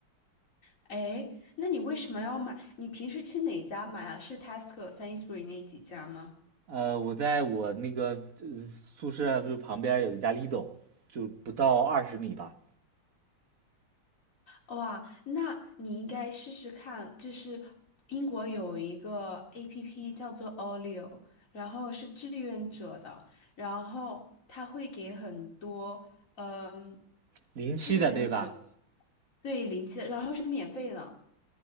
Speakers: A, on the left; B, on the right.
A: 哎，那你为什么要买？你平时去哪家买啊？是 Tesco、Sainsbury 那几家吗？
B: 呃，我在我那个、呃宿舍就旁边有一家 Lidl，就不到二十米吧，
A: 哇，那你应该试试看，就是英国有一个 APP 叫做 Olio，然后是志愿者的，然后他会给很多嗯
B: 零七的对吧？
A: 志愿者对零钱，然后是免费的。